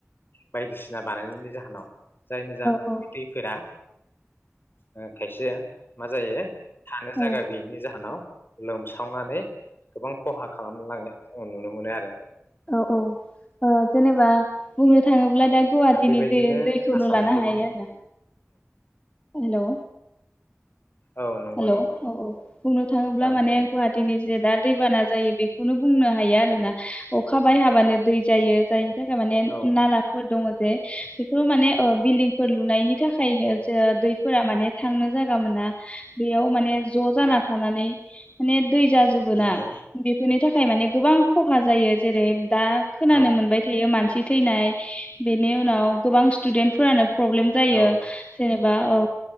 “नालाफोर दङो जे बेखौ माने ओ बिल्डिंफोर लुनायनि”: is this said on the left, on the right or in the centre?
Left